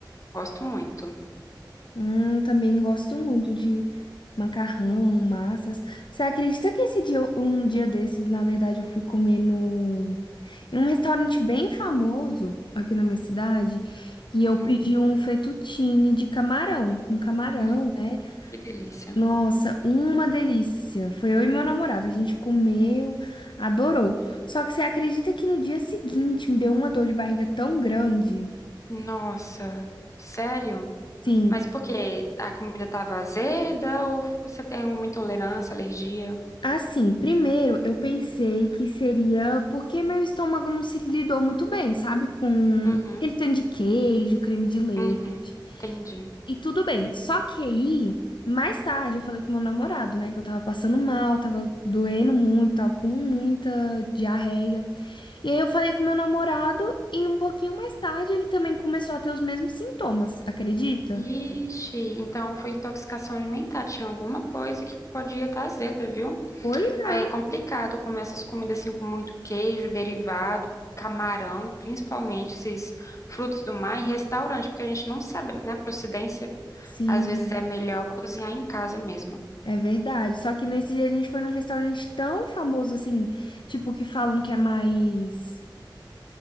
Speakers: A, on the left; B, on the left.
A: Gosto muito.
B: hum, também gosto muito de macarrão, massas. Você acredita que esse dia, eu- um dia desses, na verdade, eu fui comer no em um restaurante bem famoso aqui na minha cidade e eu
A: Uhum.
B: pedi um fettuccine de camarão, um camarão,
A: Hum,
B: né?
A: Que delícia.
B: Nossa, uma delícia. Foi eu e meu namorado, a gente comeu, adorou. Só que você acredita que no dia seguinte me deu uma dor de barriga tão grande?
A: Nossa, sério?
B: Sim.
A: Mas por quê? A comida estava azeda ou você tem uma intolerância, alergia?
B: Assim, primeiro eu pensei que seria porque meu estômago não se lidou muito bem, sabe? Com
A: Uhum,
B: aquele tanto de queijo, creme de leite
A: uhum, entendi.
B: e tudo bem. Só que aí, mais tarde, eu falei com meu namorado, né? Que eu tava passando mal, tava doendo muito, tava com muita diarreia. E aí eu falei com meu namorado e um pouquinho mais tarde ele também começou a ter os mesmos sintomas, acredita?
A: Ixi, então foi intoxicação alimentar. Tinha alguma coisa que podia estar azeda, viu?
B: Pois
A: Aí
B: é.
A: é complicado comer essas comidas assim com muito queijo, derivado, camarão, principalmente esses frutos do mar em restaurante, porque a gente não sabe, né, a procedência.
B: Sim.
A: Às vezes é melhor cozinhar em casa mesmo.
B: É verdade. Só que nesse dia a gente foi num restaurante tão famoso assim, tipo, que falam que é mais.